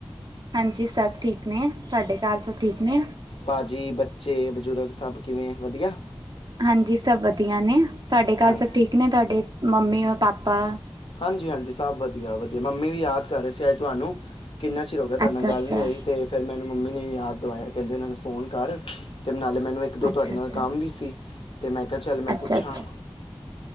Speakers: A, on the right; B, on the left.
A: ਹਾਂਜੀ ਸਭ ਠੀਕ ਨੇ ਤੁਵਾਡੇ ਘਰ ਸਭ ਠੀਕ ਨੇ?
B: ਪਾ ਜੀ ਬੱਚੇ ਬਜ਼ੁਰਗ ਸਭ ਕਿਵੇਂ ਵਧੀਆ?
A: ਹਾਂਜੀ ਸਭ ਵਧੀਆ ਨੇ ਤੁਵਾਡੇ
B: ਹਾਂ
A: ਘਰ ਸਭ ਠੀਕ ਨੇ ਤੁਵਾਡੇ ਮੰਮੀ ਔਰ ਪਾਪਾ?
B: ਹਾਂਜੀ-ਹਾਂਜੀ ਸਭ ਵਧਿਆ। ਵਧੀਆ ਵਧੀਆ ਮੰਮੀ ਵੀ ਯਾਦ ਕਰ ਰਹੇ ਸੀ ਆਜ ਤੁਵਾਨੂੰ ਕਿੰਨਾ ਚਿਰ ਹੋ ਗਿਆ ਤੁਵਾਡੇ
A: ਅੱਛਾ
B: ਨਾਲ ਗੱਲ
A: ਅੱਛਾ
B: ਨੀ ਹੋਈ। ਤੇ ਫਿਰ ਮੈਨੂੰ ਮੰਮੀ ਨੇ ਯਾਦ ਦਵਾਇਆ ਕਹਿੰਦੇ ਉਹਨਾਂ ਨੂੰ ਫੋਨ ਕਰ ਤੇ ਨਾਲੇ ਮੈਨੂੰ ਇੱਕ ਦੋ
A: ਅੱਛਾ
B: ਤੁਵਾਡੇ ਨਾਲ
A: ਅੱਛਾ
B: ਕੰਮ ਵੀ ਸੀ ਤੇ ਮੈਂ ਕਿਹਾ ਚੱਲ ਮੈਂ
A: ਅੱਛਾ
B: ਪੁੱਛਾਂ